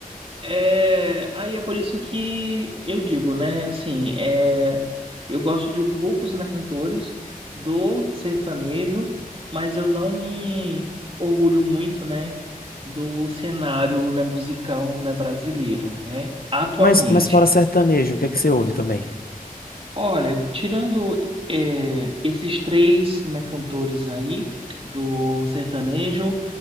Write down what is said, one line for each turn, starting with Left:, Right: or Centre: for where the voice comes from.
Right: É, aí é por isso que eu digo, né? Assim, é, eu gosto de poucos, né, cantores do sertanejo, mas eu não me orgulho muito, né, do cenário, né, musical, né, brasileiro, né, atualmente.
Left: Mas, mas fora sertanejo, o que é que você ouve também?
Right: Olha, tirando é, esses três, né, cantores aí do sertanejo,